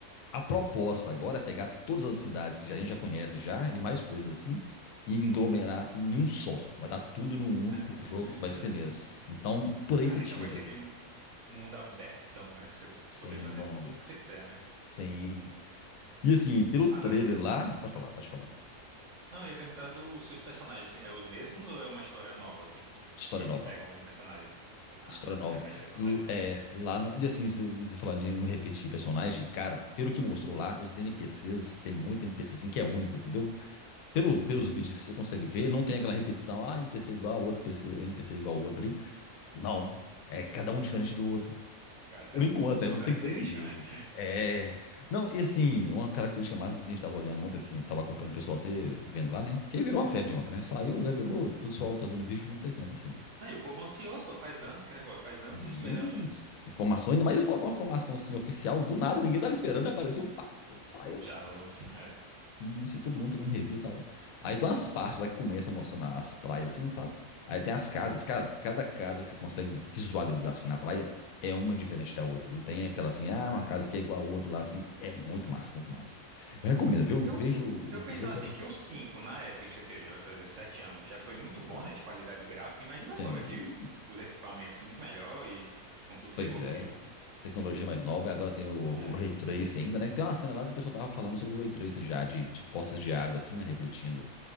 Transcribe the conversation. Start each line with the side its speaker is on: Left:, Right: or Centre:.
Left: A proposta agora é pegar todas as cidades que já- a gente já conhece já, e mais coisas assim, e englomerar assim em um só. Vai estar tudo num único
Right: Ah.
Left: jogo que vai ser nesse. Então, por aí
Right: Cara,
Left: você tira.
Right: então vai ser aquele um mundo abertão, né? Pra você
Left: Sem
Right: poder fazer
Left: nós.
Right: tudo que você quiser, né?
Left: Sim. E assim, pelo trailer
Right: Agora,
Left: lá. Pode falar, pode falar.
Right: não, eu ia perguntar do, se os personagens é os mesmos ou é uma história nova, assim?
Left: História
Right: Ou eles
Left: nova.
Right: pegam algum personagem? Ah,
Left: História
Right: tá.
Left: nova.
Right: Não repete personagem,
Left: L-
Right: não,
Left: é,
Right: né?
Left: lá no, e assim, se você falando de não repetir personagem, cara, pelo que mostrou lá, os NPCs, tem muito NPC assim que é único, entendeu? Pelo,
Right: Hum,
Left: pelos vídeos que você consegue ver, não tem aquela repetição, ah, NPC igual, ao outro PC, NPC igual ao outro ali. Não. É cada um diferente do outro.
Right: cada
Left: Por enquanto,
Right: um com sua
Left: é, vamos
Right: característica,
Left: ter que ver nos jogos.
Right: né?
Left: É. Não, e assim, uma característica massa que a gente tava olhando ontem, assim, eu tava acompanhando o pessoal até vendo lá, né? Que aí virou uma febre ontem, né? Saiu, já virou o pessoal fazendo vídeo por um canto, assim.
Right: Aí, o povo ansioso, pô, faz anos, que nem foi, faz anos
Left: Sim,
Right: esperando isso.
Left: informações, ainda mais foi uma formação assim, oficial, do nada, ninguém tava esperando, né? apareceu, pá, saiu.
Right: Já lança, é.
Left: Isso, e todo mundo fazendo review e tal. Aí tem umas partes lá que começa mostrando as praias, assim, sabe? Aí tem as casas, cara, cada casa que você consegue visualizar assim na praia é uma diferente da outra. Não tem aquela assim, ah,
Right: Cara,
Left: uma casa que é igual a outra lá, assim. É muito massa, muito massa. Eu recomendo, viu? Vejo
Right: eu, se-
Left: o
Right: eu pensando
Left: trailer, você
Right: assim,
Left: vai gostar.
Right: que o 5 na época, isso aqui já vai fazer 7 anos, já foi muito
Left: Sim.
Right: bom, né, de qualidade gráfica. Imagina
Left: Sim.
Right: agora que os equipamentos muito melhor e com tudo
Left: Pois
Right: que evoluiu.
Left: é. Tecnologia mais nova, e agora tem o, o
Right: É.
Left: Ray Tracing ainda, né? Tem uma cena lá que o pessoal tava falando sobre o Ray Tracing já, de, de poças de água, assim, né? Refletindo